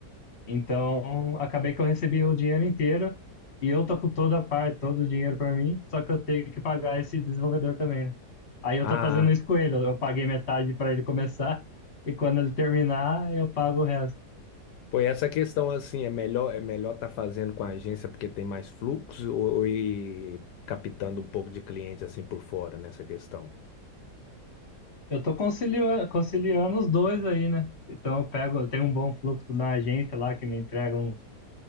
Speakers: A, on the left (about 40°); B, on the left (about 80°).
A: Então, acabei que eu recebi o dinheiro inteiro e eu tô com toda a parte, todo o dinheiro para mim, só que eu tenho que pagar esse desenvolvedor também, né? Aí eu
B: ah,
A: tô fazendo isso com ele. Eu eu paguei metade para ele começar e quando ele terminar, eu pago o resto.
B: Pô, e essa questão assim, é melhor é melhor tá fazendo com a agência porque tem mais fluxo ou, ou ir captando um pouco de cliente assim por fora nessa questão?
A: Eu tô conciliando, conciliando os dois aí, né? Então eu pego, eu tenho um bom fluxo na agência lá que me entrega uns,